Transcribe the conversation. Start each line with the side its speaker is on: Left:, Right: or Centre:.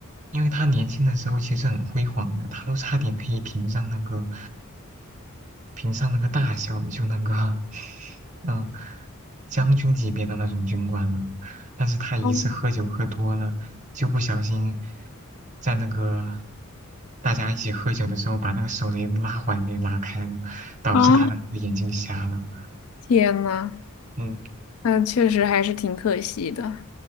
Right: 因为他年轻的时候其实很辉煌的，他都差点可以评上那个评上那个大小的就那个，嗯，将军级别的那种军官了。但是他一次喝酒喝多了，
Left: 嗯
Right: 就不小心在那个大家一起喝酒的时候，把那个手雷拉环给拉开了，导致他的那个眼睛瞎了。
Left: 啊，天呐，
Right: 嗯，
Left: 那确实还是挺可惜的